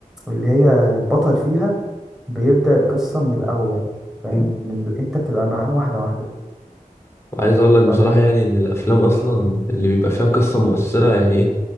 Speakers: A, in the centre; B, on the left.
A: اللي هي البطل فيها بيبدأ القصة من الاول فاهم
B: مم.
A: من ال... انت بتبقى معاه واحدة واحدة
B: وعايز اقول لك بصراحة
A: فالموضوع
B: يعني
A: ده-
B: ان
A: إيه؟
B: الافلام اصلا اللي بيبقى فيها قصة مؤثرة يعني ايه